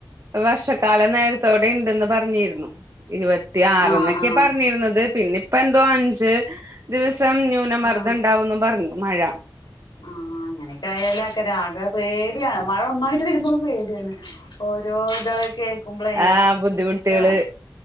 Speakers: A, on the right; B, on the left.
A: വർഷക്കാലം നേര്ത്തോടെ ഇണ്ടെന്ന് പർഞ്ഞീര്ന്നു ഇരുപ ത്തി ആറ്ന്നൊക്കെ
B: ആഹ് ആഹ്
A: പർഞ്ഞീര്ന്നത് പിന്ന ഇപ്പൊ എന്തോ അഞ്ച് ദിവസം ന്യൂനമർദ്ദ
B: ആഹ്
A: ഇണ്ടാവുന്നും പർഞ്ഞു മഴ
B: ആഹ് ഇങ്ങനെക്ക ആയാല ആക്കാരം ആകെ പേട്യാണ് മഴ ഒന്നായ് രുമ്പൊ പേട്യാണ് ഓരോ ഇതള് കേക്കുമ്പ്ളെ
A: ആഹ് ബുദ്ധിമുട്ടുകള്
B: ഇപ്പ